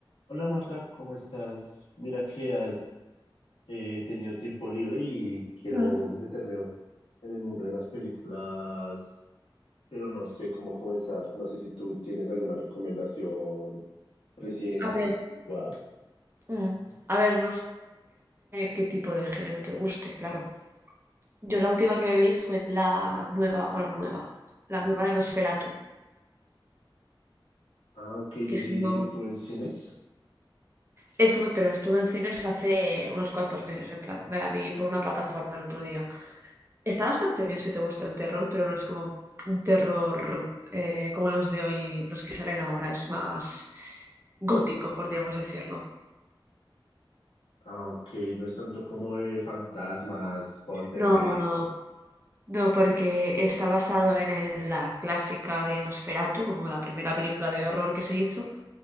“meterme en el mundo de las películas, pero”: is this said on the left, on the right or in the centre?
Left